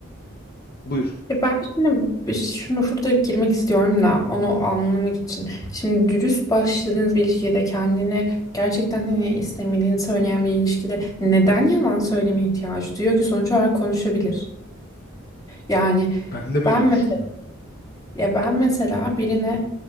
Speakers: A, on the left (about 50°); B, on the left (about 20°).
A: buyur.
B: Ya ben şimdi bir- şunu şurada girmek istiyorum da onu anlamak için. Şimdi dürüst başladığınız bir ilişkide kendini gerçekten hani istemediğini söyleyen bir ilişkide neden yalan söyleme ihtiyacı duyuyor ki sonuç olarak konuşabilir. Yani
A: Ben de böyle
B: ben
A: düşünüyorum.
B: Ya ben mesela birine